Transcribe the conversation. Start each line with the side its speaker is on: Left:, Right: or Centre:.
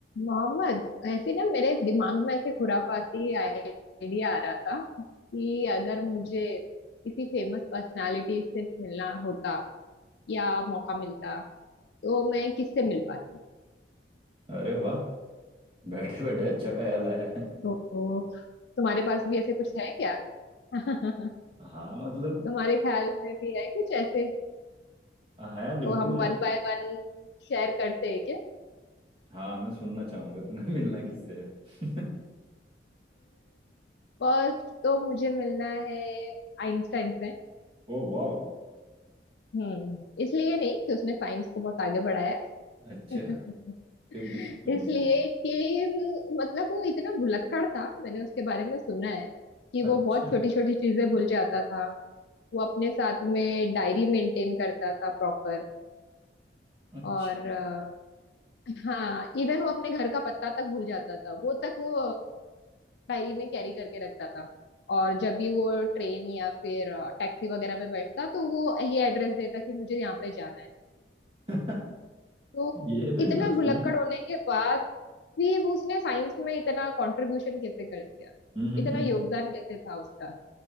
Left: मोहम्मद ऐसे ना मेरे दिमाग में ऐसे खुराफाती आइडिया आ रहा था कि अगर मुझे किसी फेमस पर्सनालिटी से मिलना होता या मौका मिलता तो मैं किससे मिल पाती
Right: अरे वाह बैठे बैठे अच्छा ख्याल आया है
Left: तो तुम्हारे पास भी ऐसे कुछ है क्या <laughs>
Right: हाँ मतलब
Left: तुम्हारे ख्याल में भी है कुछ ऐसे
Right: अ, है बिल्कुल
Left: तो हम वन
Right: है
Left: बाय वन शेयर करते हैं क्या
Right: हाँ मैं सुनना चाहूंगा तुम्हें <laughs> मिलना किससे है <laughs>
Left: फर्स्ट तो मुझे मिलना है आइंस्टाइन से
Right: ओ वाह
Left: हम्म इसलिए नहीं कि उसने साइंस को बहुत आगे बढ़ाया
Right: अच्छा
Left: है <laughs>
Right: फिर किस फिर
Left: इसलिए
Right: किस लिए
Left: कि म, मतलब वो इतना भुलक्कड़ था मैंने उसके बारे में सुना है कि
Right: अच्छा
Left: वो बहुत छोटी छोटी चीजें भूल जाता था वो अपने साथ में डायरी मेंटेन करता था प्रॉपर
Right: अच्छा
Left: और अ, हाँ इवन वो अपने घर का पता तक भूल जाता था वो तक वो डायरी में कैरी करके रखता था और जब भी वो ट्रेन या फिर टैक्सी वगैरह में बैठता तो वो ये एड्रेस देता कि मुझे यहाँ पे जाना है
Right: <laughs>
Left: तो
Right: ये तो
Left: इतना
Right: इंटरेस्टिंग
Left: भुलक्कड़
Right: है
Left: होने के बाद भी वो उसने साइंस में इतना कंट्रीब्यूशन कैसे कर दिया
Right: हम्म हम्म
Left: इतना
Right: हम्म
Left: योगदान
Right: हम्म।
Left: कैसे था उसका